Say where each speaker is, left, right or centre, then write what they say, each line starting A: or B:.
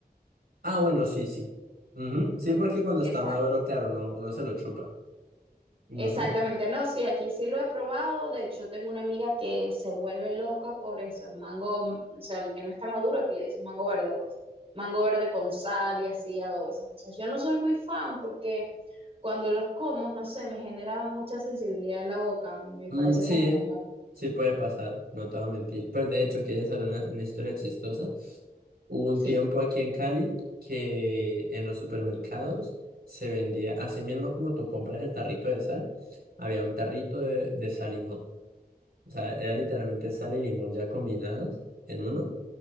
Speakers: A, on the right; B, on the right.
A: Ah, bueno, sí, sí. Ujú, Sí,
B: Es-
A: porque cuando está
B: Exacto.
A: maduro, claro, uno, uno se lo chupa. Ujú.
B: Exactamente. No, sí, aquí sí lo he probado. De hecho, tengo una amiga que se vuelve loca por eso. Mango, o sea, el que no está maduro, aquí le dicen mango verde, pues. Mango verde con sal y así, adobo, esas cosas. Yo no soy muy fan porque cuando los como, no sé, me genera mucha sensibilidad en la boca. Me
A: Mm,
B: parece
A: sí,
B: como,
A: sí puede pasar, no te voy a mentir. Pues de hecho, ¿quieres saber una, una historia chistosa? Hubo un
B: sí.
A: tiempo aquí en Cali que en los supermercados se vendía, así mismo como tú compras el tarrito de sal, había un tarrito de, de sal y limón. O sea, era literalmente sal y limón ya combinados en uno.